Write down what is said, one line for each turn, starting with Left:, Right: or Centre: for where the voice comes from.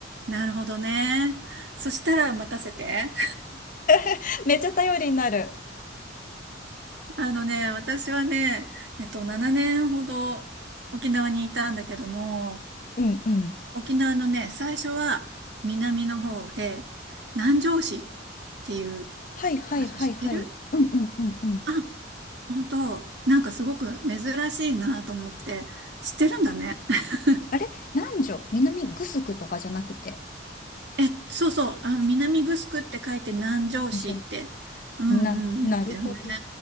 Right: なるほどね。そしたら任せて。
Left: <laughs> めっちゃ頼りになる。
Right: あのね、私はね、えっと、7年ほど沖縄にいたんだけども、
Left: うんうん。
Right: 沖縄のね、最初は南の方で、南城市っていう
Left: はいはいはいはい。
Right: 場所知ってる
Left: うんうんうんうん。
Right: あ、本当、なんかすごく珍しいなと思って、知ってるんだね。<laughs>
Left: あれ南女南グスクとかじゃなくて。
Right: え、そうそう、あの、南城って書いて南城市って、
Left: じゃ、
Right: うんうん、
Left: な、なるほど。
Right: だよね。